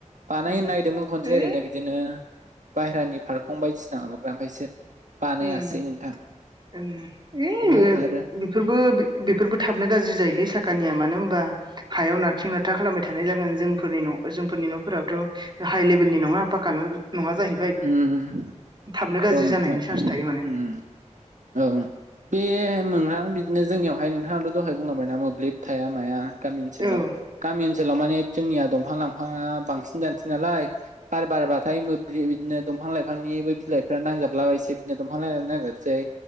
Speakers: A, on the right; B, on the right.
A: बानायनो
B: उम।
A: नागिरदोंमोन खनसे
B: ओइ
A: ओरैनो बि बिदिनो बाहेरानि फारखं बायदिसिना माबाग्रा ओमफ्रायसो बानायासै
B: <unintelligible>
A: नोंथां मा होनो आरो
B: बेफोरबो बेफोरबो थाबनो गाज्रि जायोलै साखानिया मानो होमबा हायाव नारथिं नारथा खालामबाय थानाय जागोन जोंफोरनि न' जोंफोरनि न'फोराबथ' हाइ लेभेलनि नङा पााखान नङा जाहै
A: उम।
B: थाबनो गाज्रि
A: औ नोंथां
B: जानायनि चान्स
A: उम
B: थायो माने
A: औ औ। बे मोनोंहां बिदिनो जोंनियावहाय नोंथाङाथ' दहाय बुंलांबायना मोब्लिब थाया माया। गामि ओनसोलाव
B: औ
A: गामि ओनसोलाव माने जोंनिया दंफां लाांफाङा बांसिन जानोसै नालाय। बार बारबाथाय मोब्लि बिदिनो दंफां लाइफांनिबो बिलाइ बे नांजाबलाबायसै बिदिनो दंफां लाय नांजोबसै